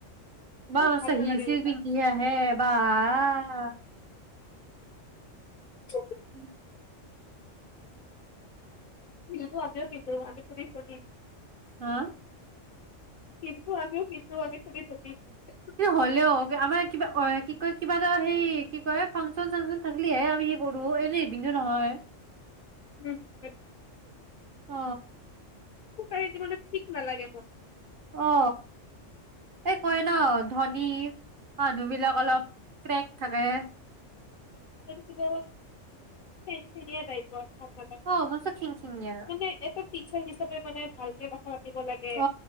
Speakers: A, on the right; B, on the left.
A: বাঃ
B: মোৰ
A: <unintelligible>
B: ভাল নালাগে
A: হিল চিল
B: এনেকুৱা
A: পিন্ধি আহে এবাৰ আহঃ
B: <unintelligible>
A: উম
B: <unintelligible>
A: হাঁ
B: <unintelligible>
A: কি হলেও আমাৰ কিবা অ কি কয় কিবা এটা সেই কি কয় ফাংচন চাংচন থাকিলিহে আমি কি কৰো এনে নহয়।
B: <unintelligible>
A: অ
B: <unintelligible> ঠিক নালাগে মোক।
A: অ এই কয় ন ধনী মানুহ বিলাক অলপ ক্ৰেক থাকে।
B: খিনখিনিয়া টাইপৰ। <unintelligible>
A: অ মস্ত খিং খিঙীয়া
B: মানে এটা টিচাৰ হিচাপে মানে ভালকে কথা পাতিব লাগে
A: অ